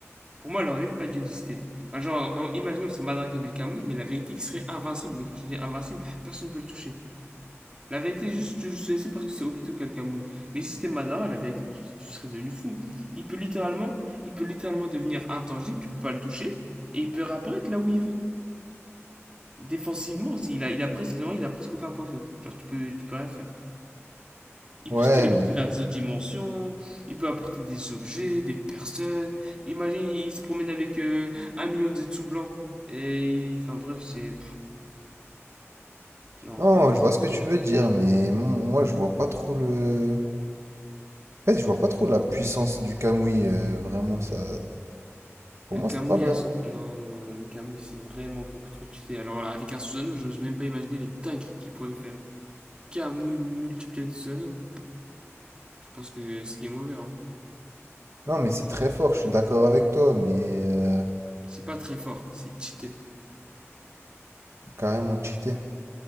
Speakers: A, on the right; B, on the right.
A: Pour moi, elle aurait même pas dû exister. Enfin, genre, en- imaginons que c'est Madara qui avait le Kamui, mais la vérité qui serait invincible. Mais quand je dis invincible, personne ne peut le toucher. La vérité, juste, tu sais, c'est parce que c'est Obito qui a le Kamui. Mais si c'était Madara, la vérité, tu, tu serais devenu fou. Il peut littéralement, il peut littéralement devenir intangible, tu peux pas le toucher, et il peut réapparaître là où il veut. Défensivement aussi, il a, il a presque, non, il a presque aucun point faible. Genre, tu peux, tu peux rien faire. Il
B: Ouais,
A: peut se téléporter
B: mais.
A: vers des autres dimensions, il peut apporter des objets, des personnes. Imagine, il se promène avec euh, un million de zetsu blancs. Et il- enfin bref, c'est... Non,
B: Non,
A: pour moi, c'est...
B: je vois ce que tu veux dire, mais mon- moi, je vois pas trop le. En fait, je vois pas trop la puissance du Kamui, euh, vraiment, ça. Pour
A: Le
B: moi,
A: Kamui,
B: c'est pas vraiment.
A: a non, non, non, le Kamui, c'est vraiment beaucoup trop cheaté. Alors, avec un Susanoo, je n'ose même pas imaginer les dingueries qu'il pourrait faire. Kamui multiplié avec Susanoo, je pense que c'est game over. Hein.
B: Non, mais c'est très fort, je suis d'accord avec toi, mais euh,
A: C'est pas très fort, c'est cheaté,
B: carrément cheaté.